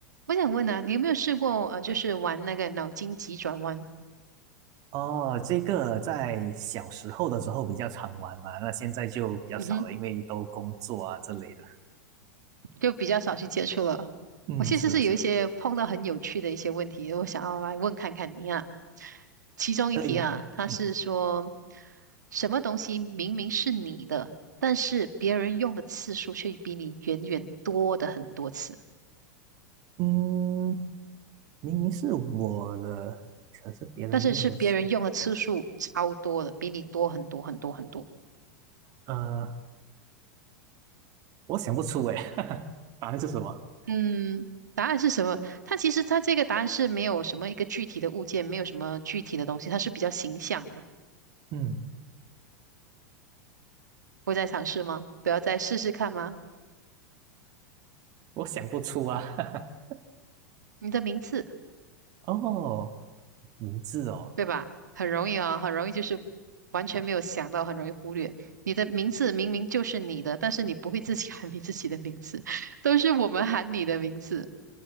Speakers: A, on the right; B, on the right.
A: 我想问啊，你有没有试过呃，就是玩那个脑筋急转弯？
B: 哦，这个在小时候的时候比较常玩吧，那现在就比较少了，
A: 嗯哼，
B: 因为都工作啊之类的。
A: 就比较少去接触了。
B: 嗯，
A: 我其实是有一些碰到很有趣的一些问题，
B: 是的，是的，
A: 我想要来问看看你啊。其中一题啊，
B: 可以啊。
A: 它是说
B: 嗯
A: 什么东西明明是你的，但是别人用的次数却比你远远多的很多次，
B: 嗯，明明是我的，可是别人用的词，
A: 但是是别人用的次数超多的，比你多很多很多很多。
B: 呃，我想不出诶，<laughs> 答案是什么？
A: 嗯，答案是什么？它其实它这个答案是没有什么一个具体的物件，没有什么具体的东西，它是比较形象的。
B: 嗯，
A: 不再尝试吗？不要再试试看吗？
B: 我想不出啊。<laughs>
A: 你的名字，
B: 哦，名字哦，
A: 对吧？很容易啊，很容易就是完全没有想到，很容易忽略。你的名字明明就是你的，但是你不会自己喊你自己的名字，<laughs> 都是我们喊你的名字。